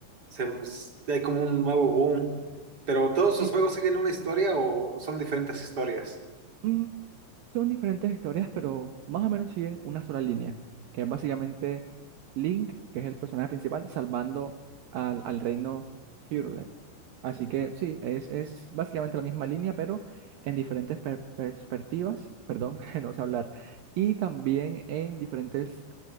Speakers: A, on the right; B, on the right.
A: se, bus- hay como un nuevo boom. Pero ¿todos sus
B: Y,
A: juegos siguen una historia o son diferentes historias?
B: mm, son diferentes historias, pero más o menos siguen una sola línea, que es básicamente Link, que es el personaje principal, salvando al, al reino Hyrule. Así que sí, es, es básicamente la misma línea, pero en diferentes per- perspectivas, perdón, <laughs> no sé hablar, y también en diferentes,